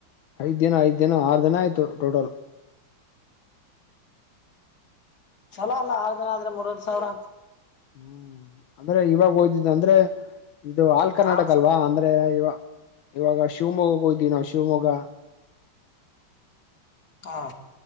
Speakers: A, on the left; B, on the left.
A: ಐದ ದಿನ ಐದ ದಿನ ಆರ ದಿನ ಆಯ್ತು ಟೋಟಲ್.
B: ಚಲೋ ಅಲ ಆರ್ ದಿನ ಆದ್ರ ಮೂರ್ವರ ಸಾವಿರ.
A: ಹ್ಮ ಅಂದ್ರ ಇವಾಗ ಹೋದಿದ್ದ ಅಂದ್ರೆ ಇದು ಆಲ್ ಕರ್ನಾಟಕ
B: ಹಾ
A: ಅಲ್ವಾ ಅಂದ್ರ ಇವ ಇವಾಗ ಶು ಶಿವಮೊಗ್ಗ ಹೊದ್ದಿವಿ ನಾವ ಶಿವಮೊಗ್ಗ.
B: ಹ.